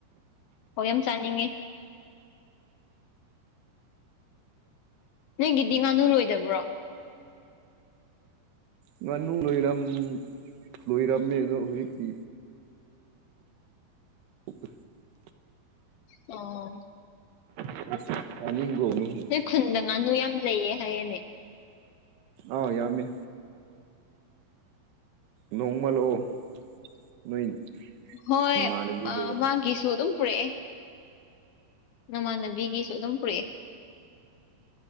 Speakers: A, on the left; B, on the right.
A: ꯑꯣ ꯌꯥꯝ ꯆꯥꯅꯤꯡꯉꯤ ꯅꯪꯒꯤꯗꯤ ꯉꯥꯅꯨ ꯂꯣꯏꯗꯕ꯭ꯔꯣ
B: ꯉꯥꯅꯨ ꯂꯣꯏꯔꯝ ꯂꯣꯏꯔꯝꯃꯦ ꯑꯗꯣ ꯍꯧꯖꯤꯛꯇꯤ <unintelligible> <inaudible>
A: ꯑꯣ
B: <unintelligible> <inaudible>
A: ꯅꯣꯏ ꯈꯨꯟꯗ ꯉꯥꯅꯨ ꯌꯥꯝ ꯂꯩꯌꯦ ꯍꯥꯏꯌꯦꯦꯅꯦ
B: ꯑ ꯌꯥꯝꯃꯦ ꯅꯣꯡꯃ ꯂꯥꯛꯑꯣ ꯅꯣꯏ
A: ꯍꯣꯏ
B: ꯅꯃꯥꯟꯅꯕꯤꯗꯨꯒ
A: ꯃꯥꯒꯤꯁꯨ ꯑꯗꯨꯝ ꯄꯨꯔꯛꯑꯦ ꯅꯃꯥꯟꯅꯕꯤꯒꯤꯁꯨ ꯑꯗꯨꯝ ꯄꯨꯔꯛꯑꯦ